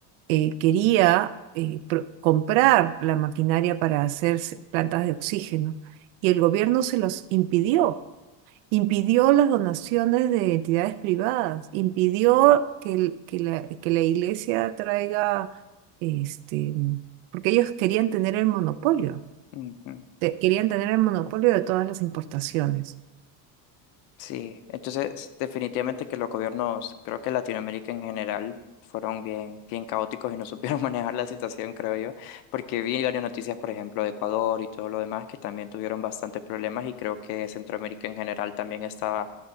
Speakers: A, on the right; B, on the left.
A: eh, quería eh, pro- comprar la maquinaria para hacer s- plantas de oxígeno y el gobierno se los impidió. Impidió las donaciones de entidades privadas, impidió que, el- que la, que la iglesia traiga, este, porque ellos querían tener el monopolio,
B: ujú.
A: te- querían tener el monopolio de todas las importaciones.
B: Sí, entonces definitivamente que los gobiernos, creo que Latinoamérica en general, fueron bien, bien caóticos y no supieron <laughs> manejar la situación, creo yo, porque vi varias noticias, por ejemplo, de Ecuador y todo lo demás, que también tuvieron bastantes problemas y creo que Centroamérica en general también estaba